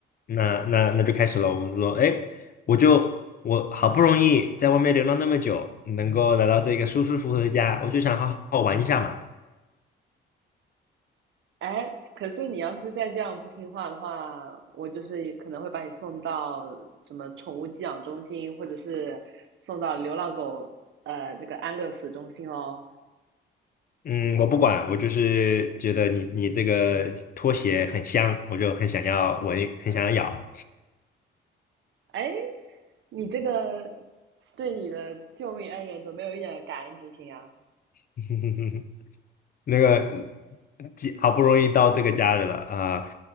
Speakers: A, on the left; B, on the right.
A: 那那那就开始了。我们说，哎，我就我好不容易在外面流浪那么久，能够来到这个舒舒服服的家，我就想好好玩一下嘛。
B: 哎，可是你要是再这样不听话的话，我就是可能会把你送到什么宠物寄养中心，或者是送到流浪狗呃那个安乐死中心喽。
A: 嗯，我不管，我就是觉得你你这个拖鞋很香，我就很想要闻，很想要咬。
B: 哎，你这个对你的救命恩人怎么没有一点感恩之心啊？
A: <laughs> 那个几好不容易到这个家里了啊，